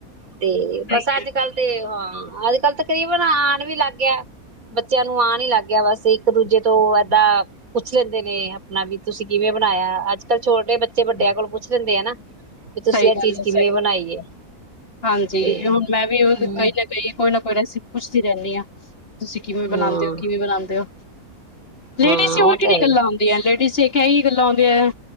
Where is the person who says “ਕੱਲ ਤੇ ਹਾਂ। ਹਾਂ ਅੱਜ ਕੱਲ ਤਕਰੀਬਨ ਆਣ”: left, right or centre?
Right